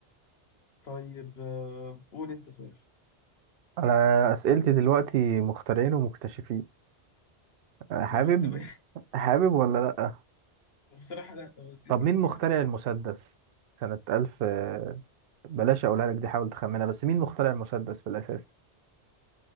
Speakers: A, on the left; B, on the right.
A: طيب آه قول انت سؤال
B: أنا أسئلتي دلوقتي مخترعين ومكتشفين حابب
A: ما انا خدت بالي
B: حابب ولا لأ
A: <laughs> بصراحه لا بس
B: طب
A: يعني
B: مين مخترع
A: آه،
B: المسدس سنة ألف بلاش أقولها لك دي حاول تخمنها بس مين مخترع المسدس في الأساس